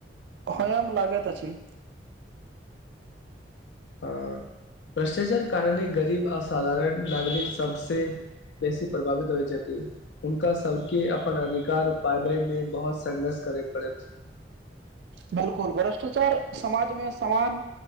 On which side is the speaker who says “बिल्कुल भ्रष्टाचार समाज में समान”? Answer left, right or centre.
Right